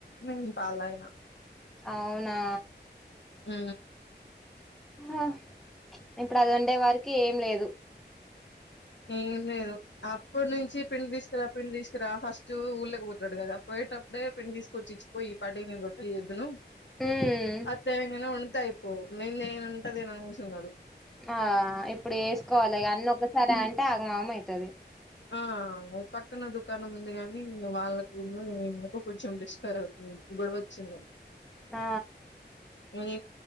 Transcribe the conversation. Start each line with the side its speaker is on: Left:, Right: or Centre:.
Left: నేను పాలయన
Centre: అవునా
Left: ఆ
Centre: ఆ ఇప్పుడు అది వండే వారికి ఏం లేదు
Left: ఎం లేదు ఆ ఇప్పుడు నుంచి పిండి తీసుకుారా పిడి తీసు ఇరా ఫస్ట్ ఊళ్ళకి పోతున్నాడు కదా పోయేటప్పుడే పిండి తీసుకొచ్చి ఇచ్చిపోయి పాటికిేను రొట్టలు చేద్దును
Centre: ఉమ్,
Left: అత్తయ్య నేను వండితే అయిపోయే ఓ మేందేనంటా నేని అనుగుతున్నాడు
Centre: ఆ ఇప్పుడు వేసుకోవాలి అన్నీ ఒకసారి అంటే ఆగం ఆగమా అయతుది
Left: ఆ పక్కన దుకాణం ఉంది కానీ ఇం వాళ్ళకుందు ఇకు కొంచెం డిస్క గుడ వచ్చింది
Centre: ఆ
Left: వరి